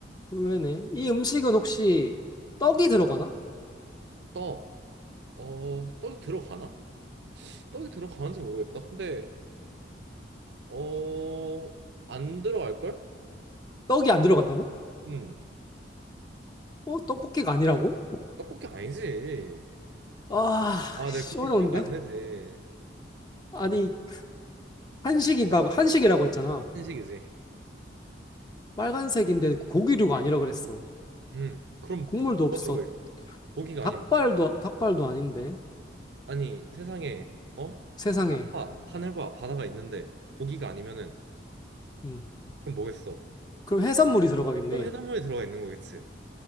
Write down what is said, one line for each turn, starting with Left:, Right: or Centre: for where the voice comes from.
Left: 의외네. 이 음식은 혹시 떡이 들어가나?
Right: 떡, 어, 떡이 들어가나? 떡이 들어가는지 모르겠다. 근데, 어, 안 들어갈걸?
Left: 떡이 안 들어간다고?
Right: 음,
Left: 어, 떡볶이가 아니라고?
Right: 떡볶이 아니지.
Left: 아,
Right: 아,
Left: 씨,
Right: 내가 그렇게
Left: 어려운데?
Right: 쉬운 거 안 내지.
Left: 아니, 한식이라고, 한식이라고 했잖아.
Right: 한식이지.
Left: 빨간색인데 고기류가 아니라 그랬어.
Right: 음, 그럼,
Left: 국물도
Right: 그럼
Left: 없어.
Right: 뭐가 들어가 있어? 고기가
Left: 닭발도
Right: 아니면,
Left: 닭발도 아닌데
Right: 아니, 세상에, 어?
Left: 세상에.
Right: 땅과 하늘과 바다가 있는데, 고기가 아니면은,
Left: 음.
Right: 그럼 뭐겠어?
Left: 그럼 해산물이 들어가겠네.
Right: 그럼 해산물이 들어가 있는 거겠지.